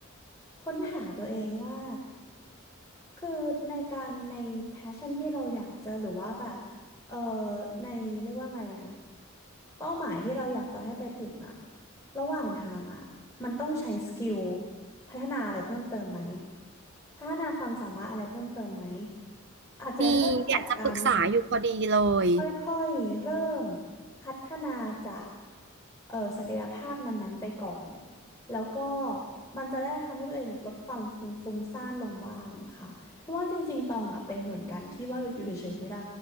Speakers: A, on the left; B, on the right.
A: ค้นหาตัวเองว่าคือในการใน passion ที่เราอยากจะหรือว่าแบบเออในเรียกว่าไงอะเป้าหมายที่เราอยากจะให้ไปถึงอะระหว่างทางอะมันต้องใช้สกิลพัฒนาอะไรเพิ่มเติมไหมพัฒนาความสามารถอะไรเพิ่มเติมไหมอาจจะเริ่มจากการ
B: มีเนี่ยจะปรึกษาอยู่พอดีเลย
A: ค่อยๆเริ่มพัฒนาจากเอ่อศักยภาพนั้นๆไปก่อนแล้วก็มันจะได้ทำให้ตัวเองลดความฟุ้งฟุ้งซ่านลงบ้างค่ะเพราะว่าจริงๆตองอ่ะเป็นเหมือนกันที่ว่าอยู่เฉยๆไม่ได้